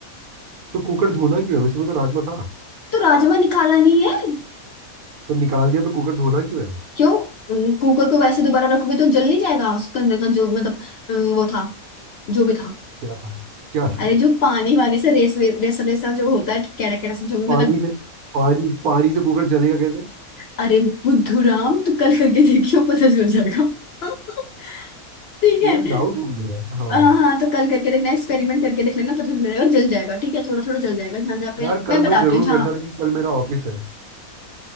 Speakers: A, on the right; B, on the left.
A: तो कुकर धोना क्यों है उसमें तो राजमा था
B: तो राजमा निकाला नहीं है
A: तो निकाल दिया तो कुकर धोना क्यों है
B: क्यों अम, कुकर को वैसे दोबारा रखोगे तो जल नहीं जाएगा उसके अंदर का जो मतलब अम, वो था जो भी था
A: क्या था क्या था
B: अरे जो पानी वानी से रेस वे- रेसा रेसा जो होता है कैड़ा कैड़ा सा जो भी
A: पानी
B: मतलब
A: से पानी पानी से कुकर जलेगा कैसे
B: अरे बुद्धू राम तू कल करके देखियो पता चल जाएगा <laughs> ठीक
A: <laughs>
B: है
A: यार डाउट है मुझे यार हाँ
B: आ, हाँ तो कल करके देखना एक्सपेरिमेंट करके देख लेना पता चलेगा जल जाएगा ठीक है थोड़ा थोड़ा जल जाएगा जहाँ जहाँ पे
A: यार कल
B: मैं बताती
A: मैं जरूर
B: हूँ जहाँ
A: करता लेकिन कल मेरा ऑफिस है